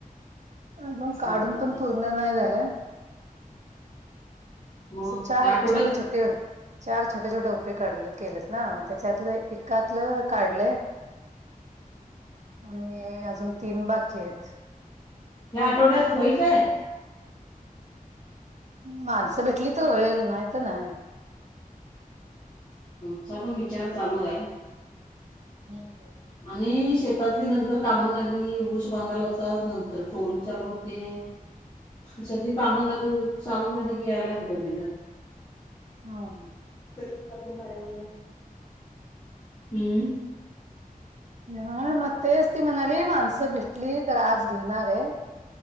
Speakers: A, on the right; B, on the left.
A: अजून काढून
B: लावायचं
A: पण
B: हाय.
A: पूर्ण नाही झालं.
B: मग
A: असं चार
B: ह्या आठवड्यात
A: छोटे छोटे ते चार छोटे छोटे उपे काढ केलेत ना मग त्याच्यातलं ऐकातल काढलं. आणि अजून तीन बाकी आहेत.
B: या आठवड्यात होईल काय?
A: माणसं भेटली तर होईल नाही तर नाही.
B: आमचा पण विचार चालूय.
A: <inaudible>
B: आणि शेतातली नंतर कामं झाली. ऊस बांधायला होतात. नंतर टोळी चालू होते.
A: <unintelligible>
B: सगळी काम चालू चालू झाली की, यायला भेटतं नाही ग.
A: हा ह.
B: कडीपत्ता दोन काड्या आण जा. हम्म...
A: हा मग तेच ती म्हणाली माणसं भेटली तर आज घेणार आहे.